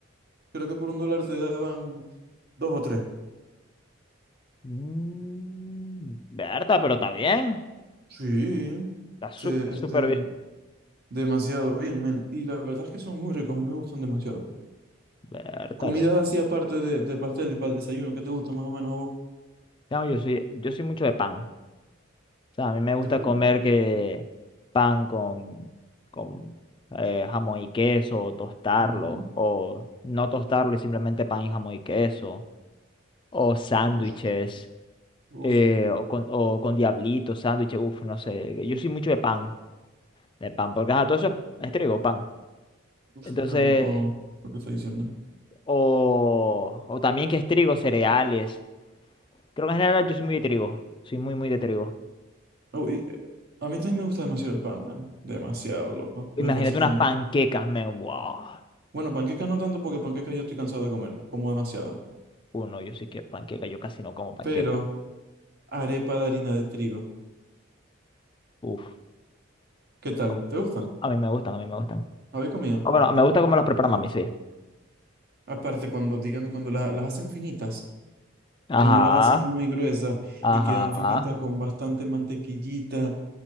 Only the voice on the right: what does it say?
Creo que por un dólar te daban dos o tres.
Sí,
se estén
demasiado bien, men. Y la verdad es que son muy ricos, a mí me gustan demasiado.
Comidas así aparte de, de pasteles para el desayuno, ¿qué te gusta más o menos a vos?
De pan.
Mm,
Uf, uf,
uf,
qué rico lo que está diciendo.
Oh, y, eh, a mí también me gusta demasiado el pan, man. Demasiado, loco.
Me fascina.
Bueno, panquecas no tanto porque panquecas ya estoy cansado de comer. Como demasiada.
Pero arepa de harina de trigo.
¿Qué tal?
¿Te gusta?
¿Habéis comido?
Aparte, cuando, dígame, cuando la- las hacen finitas,
que no las hacen muy gruesas
y quedan finitas con bastante mantequillita